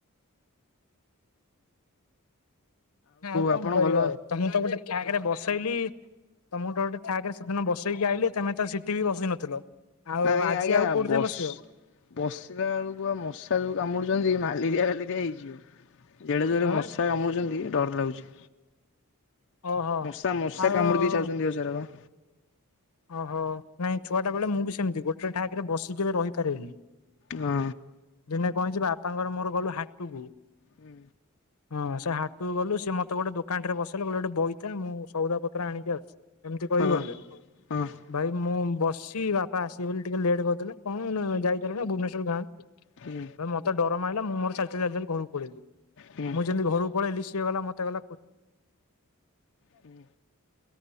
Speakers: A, on the left; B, on the left.
A: ନା ଆଉ କଣ
B: ଆପଣ
A: କରିବ
B: ଭଲ
A: ଆଉ ତମେ ତ ଗୋଟେ ଠାକ ରେ ବସେଇଲି ତମ ଡରେ ଠାକ ରେ ସେଦିନ ବସେଇକି ଆଇିଲି ତମେ ତ ସିଠି ବି ବସି ନଥିଲ। ଆଉ
B: ନାଇଁ
A: ଆଜି
B: ଆଜ୍ଞା
A: ଆଉ କୋଉଠି
B: ବ
A: ଯାଏଁ ବସିବ
B: ବସିଲା ବେଳକୁ ବା ମଶା ଯୋଉ କାମୁଡୁଛନ୍ତି ମା ଫାଲି ଦିଆ ଫାଲିଦିଆ ହେଇଯିବ ଜେଡେ ଜୋରେ
A: ହଁ ବା
B: ମଶା କାମୁଛନ୍ତି ଡର ଲାଗୁଛି।
A: ଓହୋ।
B: ମଶା ମଶା
A: ଆଉ
B: କାମୁଡି ଦେଇାଉଛନ୍ତି ଦେହ ସାରାବା।
A: ଓହୋ ନାଇଁ ଛୁଆଟା ବେଳେ ମୁଁ ବି ସେମିତି ଗୋଟେ ଠାକରେ ବସିକ କେବେ ରହି ପାରିନି।
B: ହଁ ହଁ
A: ଦିନେ କହିଛି ବାପାଙ୍କର ମୋର ଗଲୁ ହାଟୁକୁ
B: ହୁଁ।
A: ହଁ ସେ ହାଟକୁ ଗଲୁ ସେ ମତେ ଗୋଟେ ଦୋକାନ ରେ ବସେଇଲେ ଗଲେ ଗୋଟେ ବୋଇତା ମୁଁ ସଉଦା ପତ୍ର ଆଣିକି ଆସୁଛି। ଏମିତି କହି
B: ହଁ
A: ଗଲେ
B: ହୁଁ
A: ଭାଇ ମୁଁ ବସି ବାପା ଆସିବି ବୋଲି ଟିକେ ଲେଟ୍ କରିଦଥିଲେ। କଣ ଯାଇଥିଲ ନା ଭୁବନେଶ୍ୱର ଗାଁକୁ
B: ହୁଁ
A: ମତେ ଡର ମାରିଲା ମୁଁ ମୋର ଚାଲି ଚାଲି ଚା ଘରକୁ ପଳେଇଲି
B: ହୁଁ
A: ମୁଁ ଯେମିତି ଘରକୁ ପଳେଇଲି ସିଏ ଗଲା ମତେ ଗଲା
B: ହୁଁ।